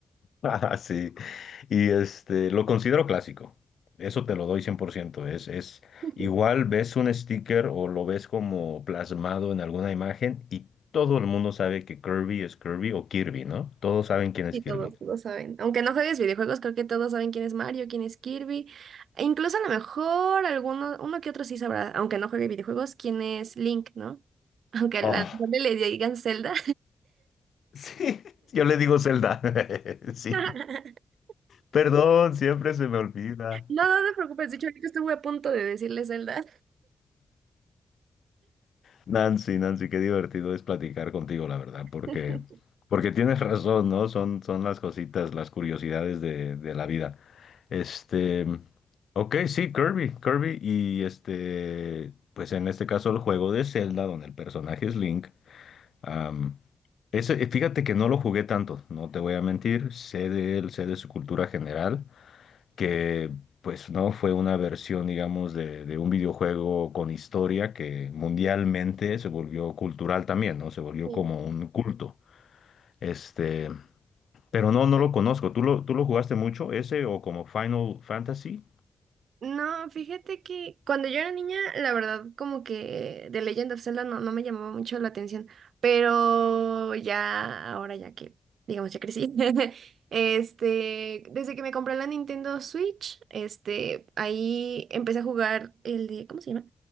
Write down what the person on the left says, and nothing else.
Ah, sí. Y este, lo considero clásico. Eso te lo doy cien por ciento Es, es
igual ves un sticker o lo ves como plasmado en alguna imagen y todo el mundo sabe que Kirby es Kirby o Kirby, ¿no? Todos saben quién es
Kirby.
Oh,
sí, <laughs> yo le digo Zelda. <laughs> Sí.
Perdón, siempre se me olvida.
Nancy, Nancy, qué divertido es platicar contigo, la verdad, porque,
porque tienes razón, ¿no? Son, son las cositas, las curiosidades de, de la vida. Este, ok, sí, Kirby, Kirby, y este, pues en este caso el juego de Zelda, donde el personaje es Link, am, ese, fíjate que no lo jugué tanto, no te voy a mentir, sé de él, sé de su cultura general, que pues no fue una versión, digamos, de, de un videojuego con historia que mundialmente se volvió cultural también, ¿no? Se volvió
como un culto. Este, pero no, no lo conozco. ¿Tú lo, tú lo jugaste mucho ese o como Final Fantasy?